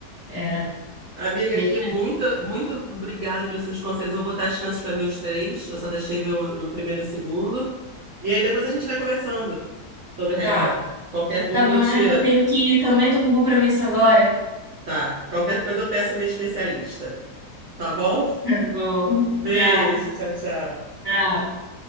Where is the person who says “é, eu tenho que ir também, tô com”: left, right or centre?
Left